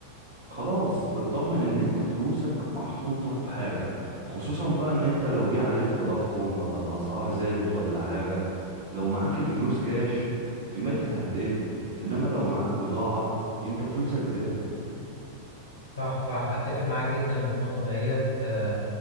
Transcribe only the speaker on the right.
خلاص تطمن ان انت فلوسك محطوطة في حاجة خصوصا بقى ان انت لو جه عليك تضخم ولا الاسعار زادت ولا حاجة لو معاك الفلوس كاش قيمتها هتقل انما لو معاك بضاعة انت فلوسك زادت